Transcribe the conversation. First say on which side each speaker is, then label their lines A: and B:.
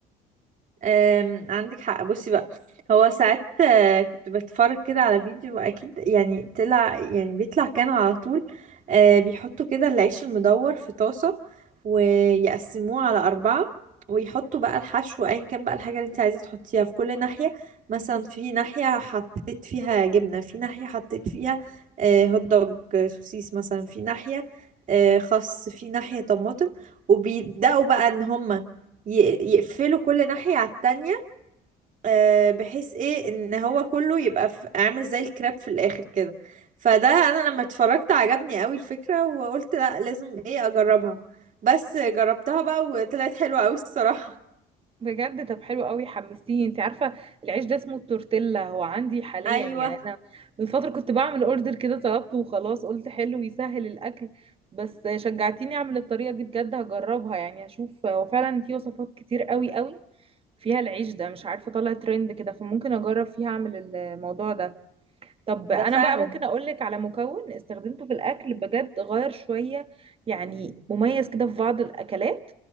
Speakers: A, on the right; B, on the right.
A: أم، عندك حق بصي بقى هو ساعات آه، كنت بتفرج كده على فيديو اكيد يعني طلع يعني بيطلع كان على طول آه، بيحطوا كده العيش المدور في طاسة ويقسموه على أربعة ويحطوا بقى الحشو أيا كان بقى الحاجة اللي انت عايزة تحطيها في كل ناحية مثلا في ناحية حطيت فيها جبنة في ناحية حطيت فيها آه، هوت دوج آه، سوسيس مثلا في ناحية آه، خس في ناحية طماطم وبيبدأوا بقى ان هما ي- يقفلوا كل ناحية على التانية آه، بحيث ايه ان هو كله يبقى في- عامل زي الكراب في الاخر كده فده انا لما اتفرجت عجبني قوي الفكرة وقلت لا لازم ايه اجربها بس جربتها بقى وطلعت حلوة قوي الصراحة
B: بجد طب حلو قوي حمستيني انت عارفه العيش ده اسمه التورتيلا هو عندي حاليا
A: <laughs> ايوه
B: يعني انا من فتره كنت بعمل اوردر كده طلبته وخلاص قلت حلو يسهل الاكل بس شجعتيني اعمل الطريقه دي بجد هجربها يعني هشوف هو فعلا في وصفات كتير قوي قوي فيها العيش ده مش عارفه طالع ترند كده فممكن اجرب فيها اعمل الموضوع ده طب
A: ده
B: انا
A: فعلا
B: بقى ممكن اقول لك على مكون استخدمته في الاكل بجد غير شويه يعني مميز كده في بعض الاكلات